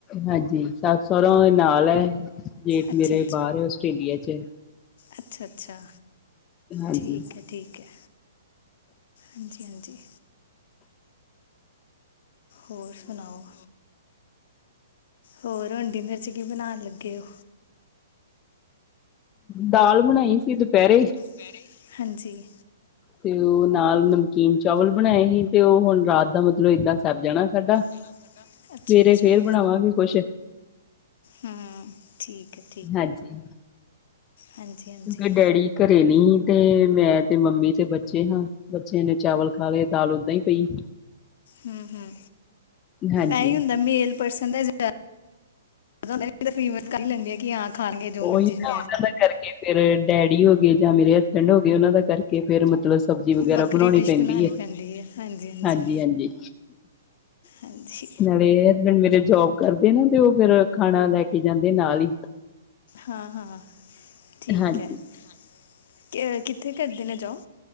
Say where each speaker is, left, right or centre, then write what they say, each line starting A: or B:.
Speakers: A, on the left; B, on the left.
A: ਹਾਂਜੀ ਸੱਸ ਸੋਹਰਾ ਨਾਲ ਐ ਜੇਠ
B: ਅੱਛਾ
A: ਮੇਰੇ ਬਾਹਰ ਹੈ ਆਸਟ੍ਰੇਲੀਆ ਚ
B: ਅੱਛਾ-ਅੱਛਾ
A: ਹਾਂਜੀ
B: ਠੀਕ ਹੈ-ਠੀਕ ਹੈ। ਹਾਂਜੀ-ਹਾਂਜੀ। ਹੋਰ ਸੁਣਾਓ। ਹੋਰ ਹੁਣ ਡਿਨਰ ਚ ਕੀ ਬਣਾਣ ਲੱਗੇ ਔ?
A: ਦਾਲ ਬਣਾਈ ਸੀ ਦੁਪਹਿਰੇ।
B: ਪੈਰੇ ਹਾਂਜੀ।
A: ਤੇ ਉਹ ਨਾਲ ਨਮਕੀਨ ਚਾਵਲ ਬਣਾਏ ਸੀ ਤੇ ਉਹ ਹੁਣ ਰਾਤ ਦਾ ਮਤਲਬ ਏਦਾਂ ਸੱਰ ਜਾਣਾ ਸਾਡਾ।
B: <unintelligible>
A: ਸਵੇਰੇ
B: ਅੱਛਾ
A: ਫੇਰ ਬਣਾਵਾਂਗੇ ਕੁੱਛ।
B: ਹਾਂ ਠੀਕ ਐ।
A: ਹਾਂਜੀ
B: ਹਾਂਜੀ ਹਾਂਜੀ
A: ਕਿਉਂਕਿ ਡੈਡੀ ਘੱਰੇ ਨੀ ਤੇ ਮੈਂ ਤੇ ਮੰਮੀ ਤੇ ਬੱਚੇ ਹਾਂ। ਬੱਚਿਆਂ ਨੇ ਚਾਵਲ ਖਾ ਲਏ ਦਾਲ ਓਦਾਂ ਹੀ ਪਈ।
B: ਹੂੰ-ਹੂੰ
A: ਹਾਂਜੀ।
B: ਇਹ ਹੀ ਹੁੰਦਾ ਮੇਲ ਪਰਸਨ ਦਾ ਜਿਆਦਾ। ਫੀਮੇਲ ਕਰ ਹੀ ਲੈਂਦੀ ਆ ਕਿ ਹਾਂ ਖਾਣਗੇ ਜੋ
A: ਉਹੀ
B: ਮਰਜੀ
A: ਨਾ
B: ਹੋ
A: ਉਹਨਾਂ ਦਾ ਕਰਕੇ ਫਿਰ ਡੈਡੀ ਹੋ ਗਏ ਜਾਂ ਮੇਰੇ ਹਸਬੈਂਡ ਹੋ ਗਏ ਉਹਨਾਂ ਦਾ ਕਰਕੇ ਫਿਰ ਮਤਲਬ ਸਬਜ਼ੀ ਵਗੈਰਾ
B: ਵੱਖਰੀ
A: ਬਣਾਉਣੀ
B: ਡਿਸ਼
A: ਪੈਂਦੀ ਹੈ
B: ਪੈਂਦੀ ਹੈ ਹਾਂਜੀ ਹਾਂਜੀ
A: ਹਾਂਜੀ-ਹਾਂਜੀ।
B: ਹਾਂਜੀ।
A: ਹਸਬੈਂਡ ਮੇਰੇ ਜੋਬ ਕਰਦੇ ਨੇ ਤੇ ਉਹ ਫੇਰ ਖਾਣਾ ਲੈ ਕੇ ਜਾਂਦੇ ਨਾਲ ਈ।
B: ਹਾਂ-ਹਾਂ ਠੀਕ
A: ਹਾਂਜੀ।
B: ਐ‌ ਕਿੱਥੇ ਕਰਦੇ ਨੇ ਜੋਬ?